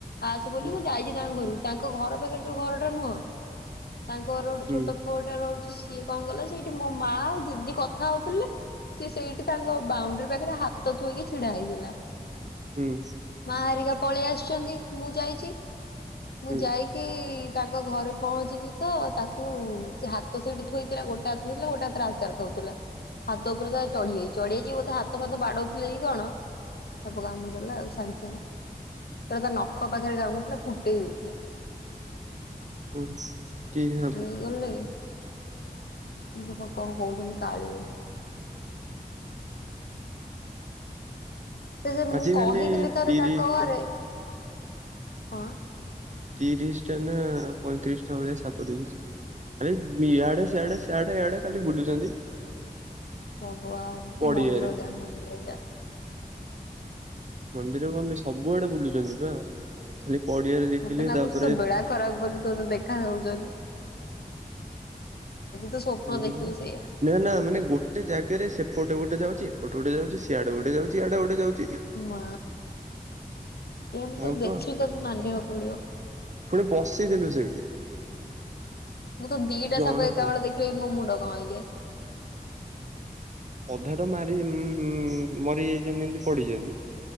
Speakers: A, on the left (about 80°); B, on the right (about 50°).
A: ଆସେ ବୋଲି
B: ହୁଁ
A: ମୁଁ ଯାଇଛି ତାଙ୍କ ଘରକୁ ତାଙ୍କ ଘର ପାଖରେ ସୋ ଘରଟା ନୁହଁ ତାଙ୍କ ଘର ଗୋଟେ
B: ହୁଁ
A: ଛୋଟ ପୁଅଟା ରହୁଛି ସିଏ କଣ କଲା ସେଇଠି ମୋ ମା ଆଉ ଦିଦି କଥା ହଉଥିଲେ। ସେ ସେଇଠି ତାଙ୍କ ବାଉଣ୍ଡରି ପାଖରେ ହାତ ଥୋଇକି ଛିଡା ହେଇଥିଲା।
B: ହୁଁ
A: ମାଆ ହେରିକା ପଳେଇ ଆସିଛନ୍ତି ମୁଁ ଯାଇଛି ମୁଁ
B: ହୁଁ
A: ଯାଇକି କି ତାଙ୍କ ଘରେ ପହଞ୍ଚିଚିଚିତ ତାକୁ କୁ ସେ ହାତ ସେଇଠି ଥୋଇଥିଲା ଗୋଟେ ହାତଥିଲା ଗୋଟେ ହାତରେ ଆଚାର ଖାଉଥିଲା। ହାତ ଉପରେ ତ ଚଢିଯାଇଛି ଚଢି ଯାଇଛି ବୋଧେ ହାତ ଫାତ ବାଡଉଥିଲେ କି କଣ? ସାପ କାମୁଡ଼ି ଦେଲା ଆଉ ସାଙ୍ଗେ ସାଙ୍ଗେ। ପୁରା ତା ନଖ ପାଖରେ କାମୁଡିଥିଲା ଫୁଟେଇ ଦେଇଥିଲା।
B: ହୁଁ କିିକ ହବ
A: ହେ ଗଲେ କି ସେପ କଣ କହୁଛନ୍ତି କାଳିଛି। ସେ ଯେ ମୁଁ
B: ଆଜିକାଲି
A: କହିଥିଲି ଥରେ
B: ତିରିଶ
A: ତାଙ୍କ ଘରେ
B: ଟା
A: କଣ?
B: ତିରିଶ ଟା ନା ପଇଁତିରିଶ ଟା ଭଳିଆ ସାପ ଦେଖିଛି। ଆରେ ଇଆଡେ ସଆଡେଆଡେ ୟଡେ କାଲି ବୁଲୁଛନ୍ତି।
A: ଭଗବ ତୁ
B: ପଡିଆରେ
A: ମନ ରଜା ମନ୍ରୋଜା
B: ମନ୍ଦିର କଣ ସବୁଆଡେ ବୁଲୁଛନ୍ତି ବା ଖାଲି ପଡିଆରେ ଦେଖିଲି
A: ମତେ ଲାଗୁଛି
B: ତାପରେ
A: ତୋ ବେଳା ଖରାପ ବୋଲି ତତେ ଦେଖାାଯାଉଛନ୍ତି। ତ ସ୍ୱପ୍ନ ଦେଖିବି
B: ହୁଁ
A: ସେଇଆ
B: ନା ନା ମାନେ ଗୋଟେ ଜାଗାରେ ସେପଟ ଗୋଟେ ଯାଉଛି ଏପଟେ ଗୋଟେ ଯାଉଛି ସିଆଡେ ଗୋଟେ ଯାଉଛିଇଆଡେ ଗୋଟେ ଯାଉଛି।
A: ମା କେମିତି
B: ହଁ
A: ତୁ ଦେଖିଲି
B: ପା
A: ତତେ ମାନିବାକୁ ପଡିବ।
B: ପୁଣି ବସିଥିଲୁ ସେଇଠି
A: ମୁଁ ତ ଦିଟା
B: ଜଣା
A: ସାପ ଏକାବେଳେ ଦେଖିଲେ ମୋ ମୁଣ୍ଡ କଣ ହେଇଯାଏ।
B: ଅଧାଟ ମାରି ମରିଯାଇଛନ୍ତି ଏମତି ପଡିିଛନ୍ତି।